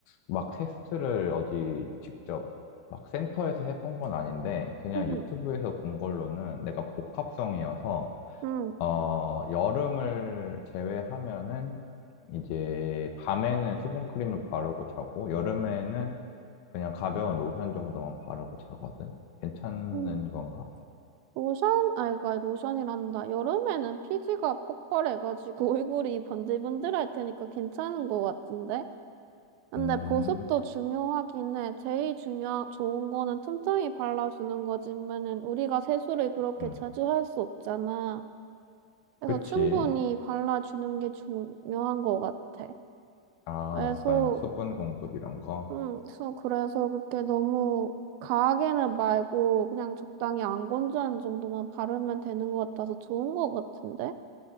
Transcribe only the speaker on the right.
응,
응.
응.
로션, 아, 그러니까 로션이란다. 여름에는 피지가 폭발해가지고 <laughs> 얼굴이 번들번들할 테니까 괜찮은 것 같은데? 근데
보습도 중요하긴 해. 제일 중요, 좋은 거는 틈틈이 발라주는 거지만은 우리가 세수를 그렇게
자주 할 수 없잖아. 그래서
충분히 발라주는 게 중요한 것 같아.
그래서,
음, 그래서 그래서 그렇게 너무 과하게는 말고 그냥 적당히 안 건조한 정도만 바르면 되는 것 같아서 좋은 것 같은데?